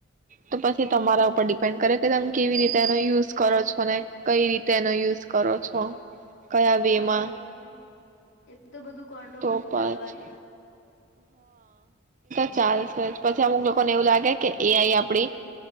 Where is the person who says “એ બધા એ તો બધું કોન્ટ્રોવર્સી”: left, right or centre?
Left